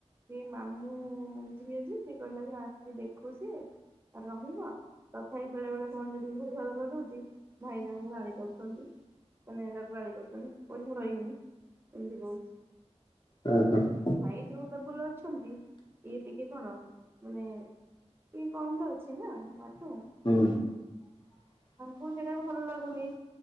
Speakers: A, on the right; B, on the left.
A: ସେ ମାମୁଁ ଝିଏ ଯିଏ ଅଛି ସିଏ କହିଲ କି ଆସି ଦେଖୁ ସିଏ ଆଉ ରହିବ। ତଥାପି ବେଳେ ବେଳେ ପଣ୍ଡିତଙ୍କୁ ଭଲ କରିଦଉଛି। ଭାଇ ତାଙ୍କୁ ଗାଳି କରୁଛନ୍ତି। ମାନେ ତାକୁ ଗାଳି କରୁଛନ୍ତି କହୁଛି ମୁଁ ରହିବିନି ଏମିତି କହୁଛି
B: ହଁ ହୁଁ
A: ଭାଇ ଯୋଉ ଡବୁଲ ଅଛନ୍ତି। ଇଏ ଟିକେ କଣ ମାନେ? କି କମ ରେ ଅଛି ନା ତାଠୁ
B: ହୁଁ
A: ତାଙ୍କୁ ସେଇଟା ବି ଭଲ ଲାଗୁନି।